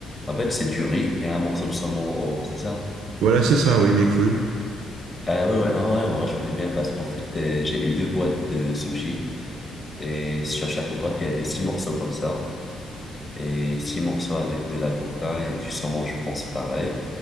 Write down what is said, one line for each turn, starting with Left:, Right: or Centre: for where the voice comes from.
Left: En fait, c'est du riz et un morceau de saumon haut, c'est ça?
Right: Voilà, c'est ça, oui, mais cru.
Left: Ah ouais, ouais, en vrai, en vrai, je connais bien parce qu'en fait, euh, j'ai eu deux boîtes de sushi et sur chaque boîte, il y avait six morceaux comme ça. et six morceaux avec de l'avocat et du saumon, je pense, pareil.